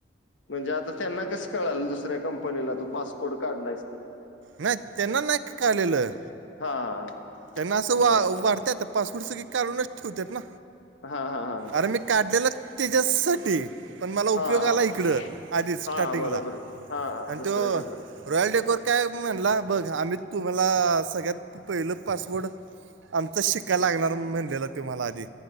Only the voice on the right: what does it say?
नाही, त्यांना नाही का कालेलं,
त्यांना असं वा
वाढत, पासपूड सगळे काढूनच ठेवतात ना.
अरे मी काढलेलं, त्याच्यासाठी, पण मला उपयोग
आला इकडं, आधीच स्टार्टिंगला
आणि,
तो रॉयल डेकोर काय म्हणला, बघ आम्ही तुम्हाला सगळ्यात पहिलं, पासवोर्ड आमचा शिकायला लागणार, म्हणलेलं तो मला आधी,